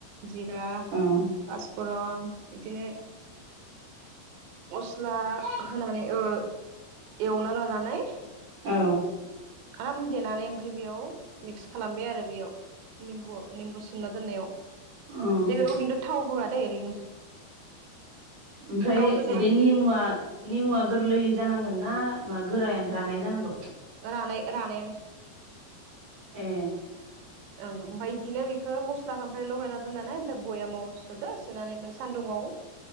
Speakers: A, on the right (about 85°); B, on the right (about 45°).
A: जिरा
B: औ
A: पासफुरन इदिनो <inaudible> मस्ला
B: औ
A: होना माने ओ एवना लानानै
B: औ
A: आराम देनानै ओमफाय बेयाव मिक्स खालामबाय आरो बेयाव। निम्बु निम्बु सोमना दोननायाव
B: ओमफ्राय
A: बेयाव खिन्थु थाव होआ दे ओरैनो।
B: ओमफ्राय
A: गाव गोजा
B: बे निमुआ निमुआ गोरलै जानांगोन ना मा गोरायानो रानाय जानांगौ?
A: रानाय रानायानो।
B: ए।
A: ओं ओमफाय इदिनो बेखौ मस्लाखौ ओमफ्राय लगायना दोननानै ओमफ्राय बयामाव सोदो सोनानै ओमफ्राय सान्दुङाव